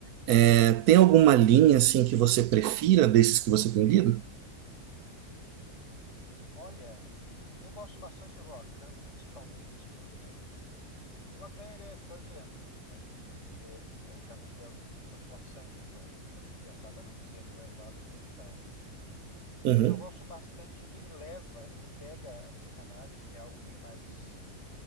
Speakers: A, on the right; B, on the left.
A: É, tem alguma linha assim que você prefira desses que você tem lido?
B: Olha, eu gosto bastante do Lacan, principalmente porque o Lacan ele é freudiano, né? Por mais que ele é, tecnicamente, ele é a continuação de Freud, por mais que ele acaba não sendo levado como tal.
A: Uhum,
B: Mas eu gosto bastante que ele leva, ele pega a psicanálise, que é algo bem mais